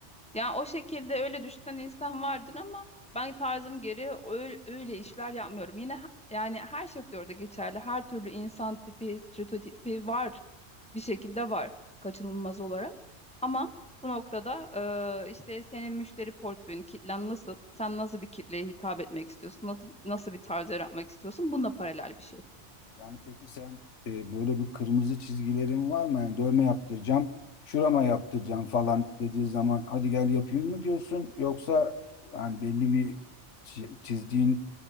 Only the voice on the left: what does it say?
Yani peki sen e, böyle bir kırmızı çizgilerin var mı? Yani dövme yaptıracağım, şurama yaptıracağım falan dediği zaman hadi gel yapayım mı diyorsun? Yoksa yani belli bir çi- çizdiğin